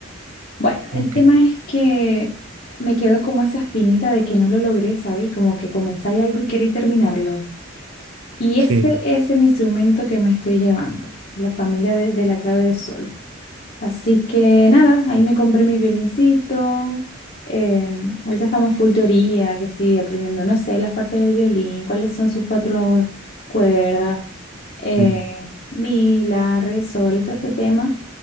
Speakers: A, on the left; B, on the right.
A: Bueno,
B: Ok,
A: el tema es que me quedó como esa espinita de que no lo logré, ¿sabéis? Como que comenzáis algo y queréis terminarlo. Y ese
B: sí,
A: es el instrumento que me estoy llevando, de la familia de, de la clave de sol. Así que nada, ahí me compré mi violincito. em, ahorita estamos full teoría, que sí, aprendiendo, no sé, las partes del violín, cuáles son sus cuatro cuerdas, eh,
B: mm,
A: mi, la, re, sol y todo este tema.